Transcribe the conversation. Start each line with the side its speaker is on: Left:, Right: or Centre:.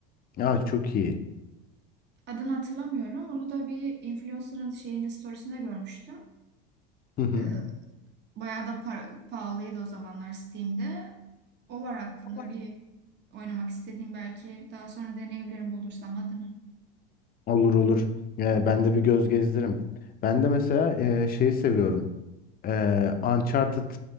Left: Ya çok iyi.
Right: Adını hatırlamıyorum onu da bir influencer'ın şeyinde storiesinde görmüştüm.
Left: Hı hı.
Right: E, Bayağı da par- pahalıydı o zamanlar Steam'de. O var aklımda
Left: Var.
Right: bir oynamak istediğim belki daha sonra deneyebilirim bulursam adını.
Left: Olur olur. Ee, ben de bir göz gezdiririm. Ben de mesela e, şeyi seviyorum. Ee, Uncharted